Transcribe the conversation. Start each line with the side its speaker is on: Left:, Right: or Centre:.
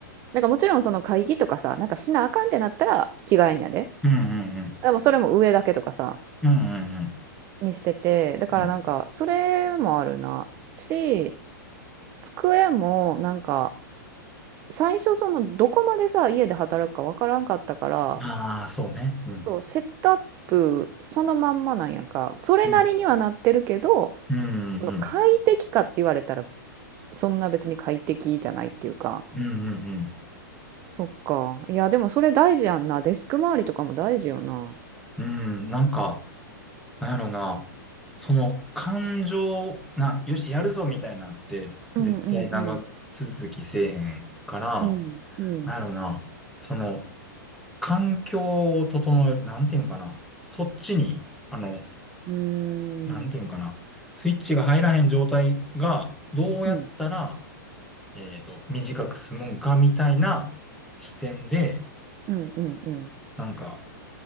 Right: なんかもちろんその会議とかさ、なんかしなあかんってなったら着替えんやで。
Centre: うん。うん。うん。うん。
Right: でもそれも上だけとかさ、
Centre: うん
Right: にしてて、だからなんかそれもあるな。
Centre: うん
Right: し、机もなんか最初そのどこまでさ、家で働くかわからんかったから、
Centre: ああ、そうね。うん。
Right: そう、セットアップそのまんまなんやんか。それなりにはなってるけど、
Centre: うん。うんうんうん。
Right: その快適かって言われたらそんな別に快適じゃないっていうか。
Centre: うんうんうん。
Right: そっか。いや、でもそれ大事やんな。デスク周りとかも大事よな。
Centre: なんか、なんやろな。その感情、な、よし、やるぞみたいなんって、
Right: うんうんうん
Centre: 絶対長続きせえへんから、
Right: うん、うん、
Centre: なんやろな。その、環境を整える、なんていうんかな。そっちに、あの、
Right: うーん、
Centre: なんていうんかな。スイッチが入らへん状態が、どうやったら、
Right: うん、
Centre: えっと、短く済むんか、みたいな視点で、
Right: うん、うん、うん、
Centre: なんか、